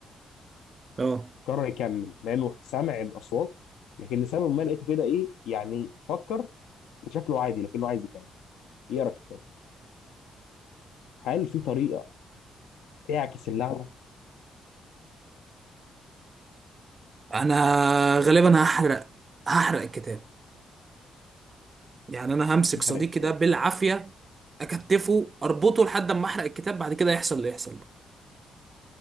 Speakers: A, on the right (about 40°); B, on the left (about 70°).
A: اه
B: قرر يكمل مع انه سمع الاصوات لكن لسبب ما لقيته كده ايه يعني فكر وشكله عادي لكنه عايز يكمل يقرا الكتاب هل في طريقة تعكس اللعنه
A: انا غالبا هحرق هحرق الكتاب يعني انا همسك
B: انحراء
A: صديقي
B: الكتاب
A: ده بالعافيه اكتفه اربطه لحد اما احرق الكتاب بعد كده يحصل اللي يحصل بقى